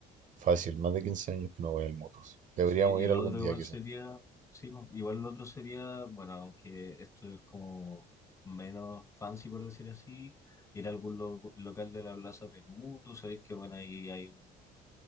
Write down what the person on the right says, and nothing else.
fácil, más de 15 años que no voy al Mutus. Deberíamos
ir
algún
día
quizás.